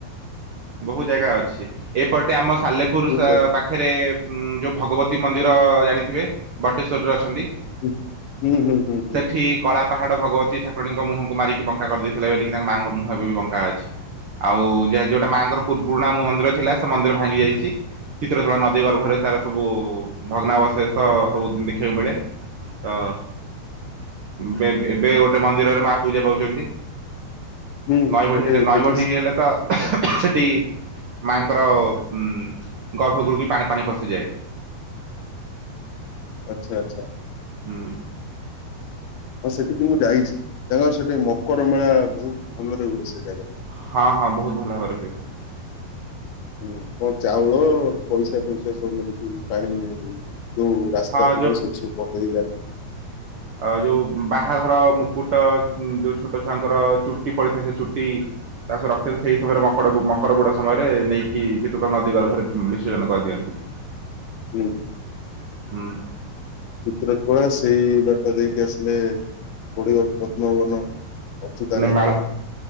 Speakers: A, on the right; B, on the left.
A: ବହୁ ଜାଗା ଅଛି ଏପଟେ ଆମ ସାଲେପୁର
B: ବୁଝା
A: ସା ପା ଫେରେ ଯଉ ଭଗବତୀ ମନ୍ଦିର ଜାଣିଥିବେ ବଟେଶ୍ୱରରେ ଅଛନ୍ତି?
B: ହୁଁ ହୁଁ ହୁଁ ହୁଁ ହୁଁ
A: ସେଠି କଳା ପାହାଡ଼ ଭଗତୀ ଠାକୁରାଣୀଙ୍କ ମୁହଁକୁ ମାରିକି ବଙ୍କା କରି ଦେଇଥିଲେ ବୋଲିକି ତାଙ୍କ ମାଙ୍କ ମୁହଁବି ବ ଙ୍କା ଅଛି ଆଉ ଯେହେତୁ ଯୋଉଟା ମାଙ୍କର ପୁରୁଣା ମ ମନ୍ଦିର ଥିଲା ସେ ମନ୍ଦିର ଭାଙ୍ଗି ଯାଇଚି ଚିତ୍ର କଳା ନଦୀ ଗର୍ଭରେ ତାର ସବୁ ଭଗ୍ନାବଶେଷ ସବୁ ଦେଖିବାକୁ ମିଳେ। ତ ବେ ଏବେ ଗୋଟେ ମନ୍ଦିରରେ ମା ପୂଜା ପାଉଚନ୍ତି।
B: ହୁଁ
A: ନଈ
B: ସେଠି
A: ବଢ଼ି ହେଲେ ନଈଁ
B: ଦେଖିସ୍
A: ବଢ଼ି ହେଲେତ ସେଠି ମାଙ୍କର ଉଁ ଗର୍ଭଗୁରୁବି ପାଣି ପାଣି ପଶିଯାଏ।
B: ଆଚ୍ଛା ଆଚ୍ଛା।
A: ହୁଁ।
B: ହଁ ସେଠିକି ମୁଁ ଯାଇଚି ତାଙ୍କର ସେଠି ମକର ମେଳା ବହୁତ୍ ଭଲରେ ହୁଏ ସେଜାଗାରେ।
A: ହଁ ହଁ ବହୁତ୍ ଭଲ ଭାବରେ ହୁଏ।
B: ହୁଁ କଣ ଚାଉଳ ପଇସା ପଇସା ସବୁ ଏମିତି ପାଣି ଯୋଉ ରାସ୍ତା
A: ହଁ
B: ଥିବ ସେଇଟି ସବୁ ପକେଇିକି ଯାଆନ୍ତି।
A: ଆ ଯୋଉ ବାହାଘର ମୁକୁଟ ଯୋଉ ଛୋଟ ଛୁଆଙ୍କର ଚୁଟି ପଡ଼ିଥାଏ ସେ ଚୁଟି ତା ସବୁ ରଖିଥାନ୍ତି ସେଇ ସମୟରେ ମକଡ ବୁଡା ସମୟରେ ନେଇକି ଶୀତୁତ ନଦୀ ଗର୍ଭରେ ବିସର୍ଜନ କରିଦିଅନ୍ତି।
B: ହୁଁ।
A: ହୁଁ।
B: ଚିତ୍ର କଳା ସେଇ ବାଟା ଦେଇକି ଆସିଲେ ପଡ଼ିବ ପଦ୍ମବନ ଅଚ୍ୟୁତାନନ୍ଦ
A: ନେମାଳ